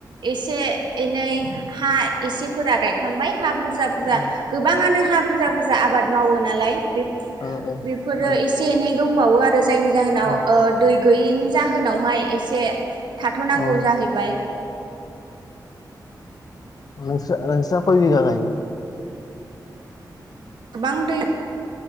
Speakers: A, on the right; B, on the left.
A: एसे एनै हा एसेफोरा गा गायखांबाय हा बुरजा बुरजा
B: उम
A: गोबाङानो हा बुरजा बुरजा आबाद मावो नालाय बेफो
B: ओ ओ
A: बेफोरो
B: ओ अ
A: एसे एनै दंबावो आरो जायनि जाहोनाव
B: अ
A: ओ दै गैयिनि जाहोनावहाय एसे थाथ'नांगौ
B: ओ
A: जाहैबाय।
B: नोंस्रा नोंस्रा खय बिघा गायो?
A: गोबां दै